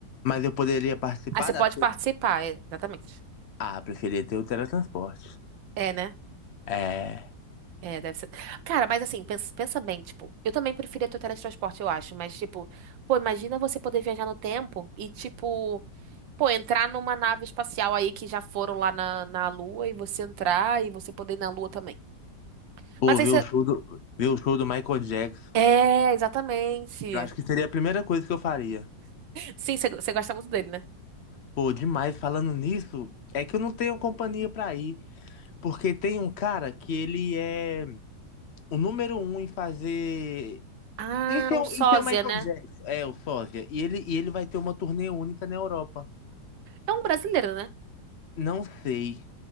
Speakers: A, on the left; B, on the right.
A: mas eu poderia participar
B: Aí você
A: das
B: pode
A: coisas.
B: participar, é, exatamente.
A: Ah, preferia ter o teletransporte.
B: É, né?
A: É.
B: É, deve ser. Cara, mas assim, pensa, pensa bem, tipo, eu também preferia ter o teletransporte, eu acho, mas tipo, pô, imagina você poder viajar no tempo e tipo Pô, entrar numa nave espacial aí que já foram lá na, na Lua e você entrar e você poder ir na Lua também.
A: Pô,
B: Mas aí
A: ver
B: você.
A: o show do, ver o show do Michael Jackson.
B: É, exatamente.
A: Eu acho que seria a primeira coisa que eu faria.
B: Sim, você você gosta muito dele, né?
A: Pô, demais. Falando nisso, é que eu não tenho companhia pra ir. Porque tem um cara que ele é o número um em fazer.
B: Ah,
A: Isso é,
B: o
A: o-
B: Sósia,
A: isso é o Michael
B: né?
A: Jackson. É, o sósia. E ele, e ele vai ter uma turnê única na Europa.
B: É um brasileiro, né?
A: Não sei.